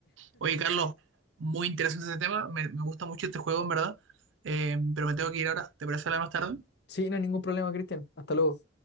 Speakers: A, on the right (about 70°); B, on the left (about 55°).
A: Oye, Carlos, muy interesante ese tema. Me, me gusta mucho este juego, en verdad. Eh, pero me tengo que ir ahora. ¿Te parece hablar más tarde?
B: Sí, no hay ningún problema, Cristian. Hasta luego.